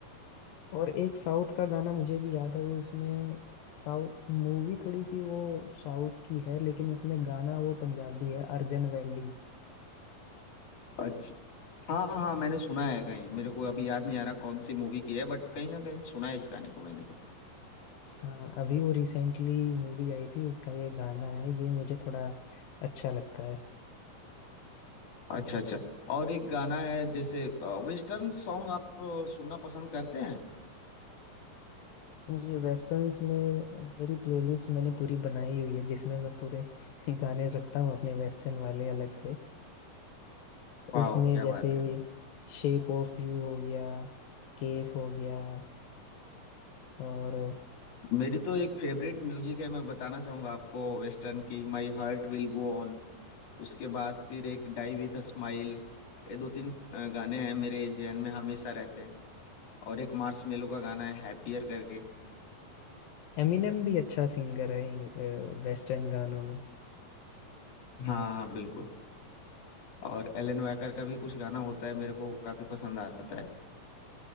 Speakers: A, on the left; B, on the left.
A: और एक साउथ का गाना मुझे भी याद है वो उसमें साउथ मूवी थोड़ी सी वो साउथ की है लेकिन उसमें गाना वो पंजाबी है अर्जन वैली
B: अच्छा हाँ हाँ मैंने सुना है कहीं मेरे को अभी याद नहीं आ रहा कौन सी मूवी की है बट कहीं ना कहीं सुना है इस गाने को मैंने भी
A: हाँ अभी वो रिसेंटली मूवी आई थी उसका ये गाना है ये मुझे थोड़ा अच्छा लगता है
B: अच्छा अच्छा और एक गाना है जैसे वेस्टर्न सॉन्ग आप अ, सुनना पसंद करते हैं
A: ये वेस्टर्न्स में मेरी प्लेलिस्ट मैंने पूरी बनाई हुई है जिसमें मैं पूरे <laughs> गाने रखता हूँ अपने वेस्टर्न वाले अलग से
B: वाह
A: उसमें
B: क्या
A: जैसे
B: बात है
A: शेप ऑफ यू हो गया केस हो गया और
B: मेरी तो एक फेवरेट म्यूजिक है मैं बताना चाहूंगा आपको वेस्टर्न की my heart will go on उसके बाद फिर एक डाई विथ अ स्माइल ये दो तीन अ, गाने हैं मेरे जहन में हमेशा रहते हैं और एक मार्स मेलो का गाना है हैप्पियर करके
A: एमिनेम भी अच्छा सिंगर है वेस्टर्न गानों में
B: हाँ हाँ बिल्कुल और एलन वैकर का भी कुछ गाना होता है मेरे को काफी पसंद आता है